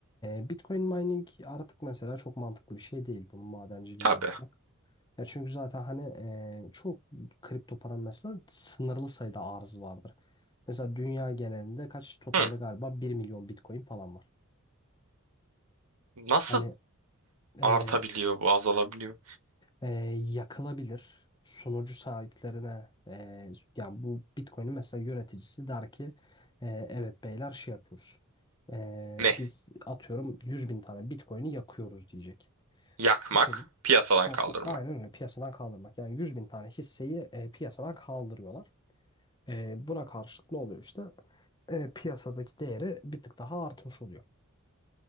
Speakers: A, on the left (about 20°); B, on the right (about 90°).
A: e, Bitcoin mining artık mesela çok mantıklı bir şey değil bunun madenciliğini
B: Tabii.
A: yapmak. Ya çünkü zaten hani e, çok kripto paranın mesela sınırlı sayıda arzı vardır. Mesela dünya genelinde kaç totalde
B: Hı.
A: galiba bir milyon Bitcoin falan var.
B: Nasıl
A: Hani e,
B: artabiliyor bu, azalabiliyor?
A: e, yakılabilir. Sunucu sahiplerine e, yani bu Bitcoin'in mesela yöneticisi der ki e, evet beyler şey yapıyoruz. E,
B: Ne?
A: biz atıyorum 100 bin tane Bitcoin'i yakıyoruz diyecek.
B: Yakmak,
A: Bu şekilde
B: piyasadan
A: yakma
B: kaldırmak.
A: aynen öyle piyasadan kaldırmak. Yani 100 bin tane hisseyi e, piyasadan kaldırıyorlar. E, buna karşılık ne oluyor işte? E, piyasadaki değeri bir tık daha artmış oluyor.